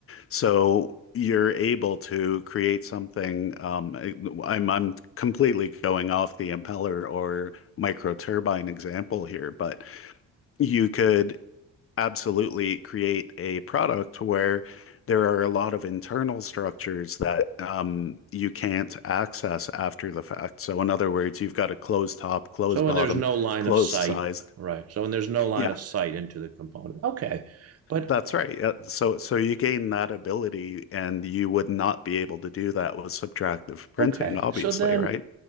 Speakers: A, on the left (about 45°); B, on the right (about 50°).
A: So you're able to create something. Um, I'm I'm completely going off the impeller or microturbine example here, but you could absolutely create a product where there are a lot of internal structures that um, you can't access after the fact. So, in other words, you've got a closed top, closed
B: So
A: bottom,
B: when there's no line
A: closed
B: of sight,
A: size.
B: right? So when there's no line
A: Yeah,
B: of sight into the component, okay, but
A: that's right. Uh, So, so you gain that ability, and you would not be able to do that with subtractive printing,
B: okay.
A: obviously,
B: So then,
A: right?